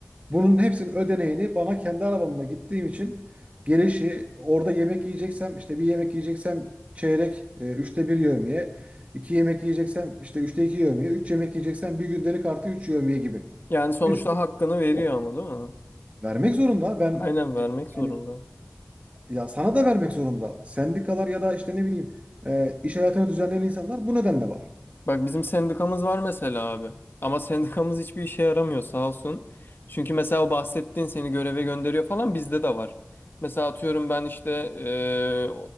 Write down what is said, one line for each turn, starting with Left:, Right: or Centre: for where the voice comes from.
Right: bunun hepsinin ödeneğini bana kendi arabamla gittiğim için gelişi orada yemek yiyeceksem işte bir yemek yiyeceksem çeyrek e, üçte bir yevmiye. iki yemek yiyeceksem işte üçte iki yevmiye. Üç yemek yiyeceksem bir gündelik artı üç yevmiye gibi.
Left: Yani sonuçta
Right: Bir sürü
Left: hakkını
Right: şey
Left: veriyor
Right: var.
Left: ama değil mi?
Right: Vermek zorunda. Ben
Left: Aynen vermek zorunda.
Right: yani ya sana da vermek zorunda. Sendikalar ya da işte ne bileyim e, iş hayatını düzenleyen insanlar bu nedenle var.
Left: Bak bizim sendikamız var mesela abi. Ama sendikamız hiçbir işe yaramıyor sağ olsun. Çünkü mesela o bahsettiğin seni göreve gönderiyor falan bizde de var. Mesela atıyorum ben işte eee,